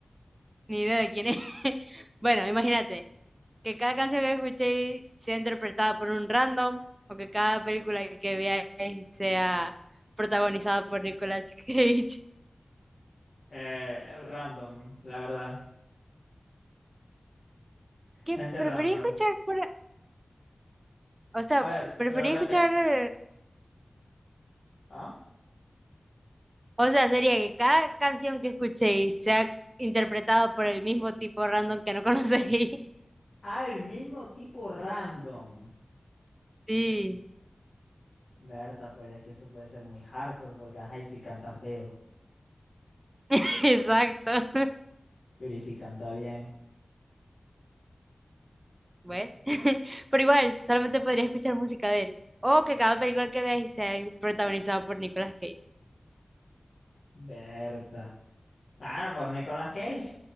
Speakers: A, on the right; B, on the left.
A: ni idea de quién es. <laughs> Bueno, imagínate que cada canción que escuchéis sea interpretada por un random o que cada película que veáis sea protagonizada por Nicolas Cage. <laughs>
B: Eh, random, la verdad.
A: Que
B: Gente random.
A: preferí escuchar por, o sea,
B: A ver,
A: preferí
B: pero repe...
A: escuchar, eh,
B: ¿Ah?
A: o sea, sería que cada canción que escuchéis sea interpretada por el mismo tipo random que no conocéis. <laughs>
B: Ah, el mismo tipo random.
A: Sí,
B: Berta, pero es que eso puede ser muy hardcore porque, ajá, y si canta feo.
A: <laughs> exacto.
B: Pero ¿y si canta bien?
A: Bueno, <laughs> pero igual, solamente podría escuchar música de él. O que cada película que veáis sea protagonizada por Nicolas Cage.
B: Berta. Bueno, pues Nicolas Cage.